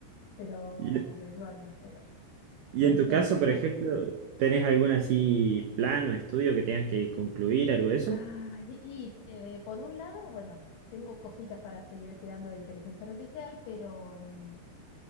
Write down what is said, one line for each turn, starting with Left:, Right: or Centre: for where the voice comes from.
Left: pero
Right: Y,
Left: porque duermen, pero
Right: y
Left: cuando
Right: en tu
Left: se
Right: caso,
Left: despiertan.
Right: por ejemplo, ¿tenés algún así plan o estudio que tengas que concluir, algo de eso?
Left: Ay, y eh, por un lado, bueno, tengo cositas para seguir estudiando de inteligencia artificial, pero, mm,